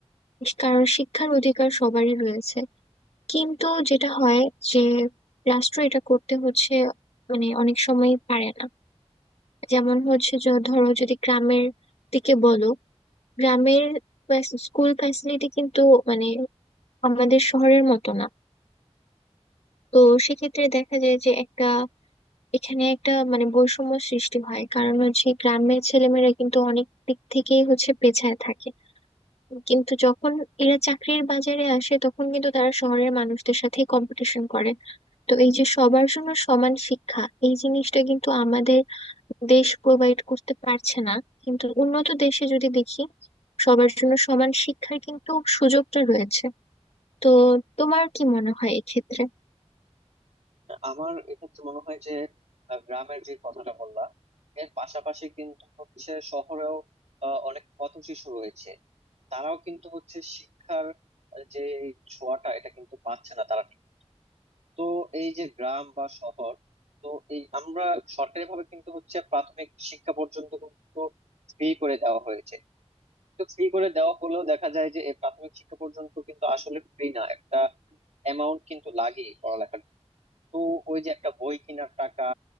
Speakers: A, on the left (about 65°); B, on the right (about 75°).
A: কারণ শিক্ষার অধিকার সবারই রয়েছে কিন্তু যেটা হয় যে রাষ্ট্র এটা করতে হচ্ছে মানে অনেক সময় পারে না যেমন হচ্ছে যে ধরো যদি গ্রামের দিকে বলো গ্রামের ফ্যাস- স্কুল ফ্যাসিলিটি কিন্তু মানে আমাদের শহরের মতো না তো সেক্ষেত্রে দেখা যায় যে একটা এখানে একটা মানে বৈষম্য সৃষ্টি হয় কারণ হচ্ছে গ্রামের ছেলেমেয়েরা কিন্তু অনেক দিক থেকেই হচ্ছে পেছায় থাকে কিন্তু যখন এরা চাকরির বাজারে আসে তখন কিন্তু তারা শহরের মানুষদের সাথে কম্পিটিশন করে তো এই যে সবার জন্য সমান শিক্ষা এই জিনিসটা কিন্তু আমাদের দেশ প্রোভাইড করতে পারছে না কিন্তু উন্নত দেশে যদি দেখি সবার জন্য সমান শিক্ষার কিন্তু সুযোগটা রয়েছে তো তোমার কি মনে হয় এক্ষেত্রে
B: আমার এক্ষেত্রে মনে হয় যে আহ, গ্রামের যে কথাটা বললাম এর পাশাপাশি কিন্তু হচ্ছে শহরেও আহ, অনেক পথ শিশু রয়েছে তারাও কিন্তু হচ্ছে শিক্ষার আহ, যে ছোঁয়াটা এটা কিন্তু পাচ্ছে না তারা ঠিক তো এই যে গ্রাম বা শহর তো এই আমরা সরকারি ভাবে কিন্তু হচ্ছে প্রাথমিক শিক্ষা পর্যন্ত কিন্তু ফ্রি করে দেওয়া হয়েছে তো ফ্রি করে দেওয়া হলেও দেখা যায় যে এই প্রাথমিক শিক্ষা পর্যন্ত কিন্তু আসলে ফ্রি না একটা অ্যামাউন্ট কিন্তু লাগে পড়ালেখার তো ওই যে একটা বই কেনার টাকা